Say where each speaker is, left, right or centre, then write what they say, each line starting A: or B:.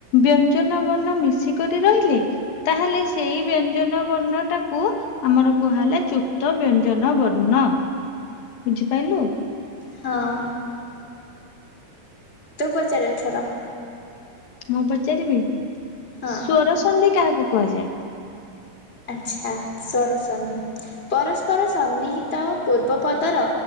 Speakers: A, on the left (about 75°); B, on the left (about 20°).
A: ବ୍ୟଞ୍ଜନ ବର୍ଣ୍ଣ ମିଶିକରି ରହିଲେ ତାହେଲେ ସେଇ ବ୍ୟଞ୍ଜନ ବର୍ଣ୍ଣଟାକୁ ଆମର କୁହାହେଲା ଯୁକ୍ତ ବ୍ୟଞ୍ଜନ। ଜନ ବର୍ଣ୍ଣ। ବୁଝିପାରିଲୁ।
B: ହଁ। ତୁ ପଚାରେ ଏଥର।
A: ମୁଁ ପଚାରିବି,
B: ହଁ
A: ସ୍ଵର ସନ୍ଧି କାହାକୁ କୁହାଯାଏ?
B: ଆଛା ସ୍ଵର ସନ୍ଧି ପରସ୍ପର ସନ୍ନିହିତ ପୂର୍ବ ପଦର